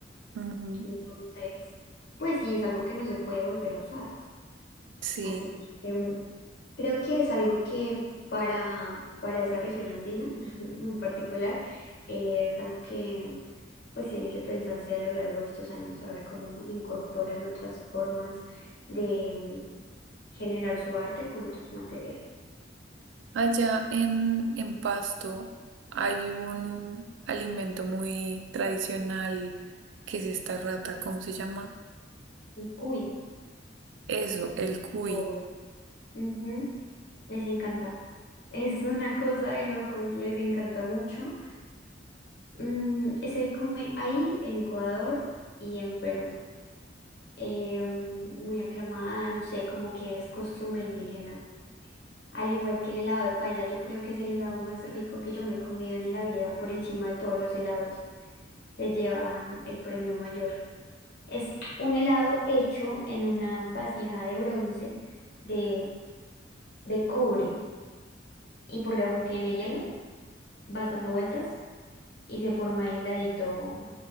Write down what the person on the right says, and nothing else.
Ujú,
Sí,
allá en, en Pasto hay un alimento muy tradicional que es esta rata, ¿cómo se llama?
Eso, el cuy.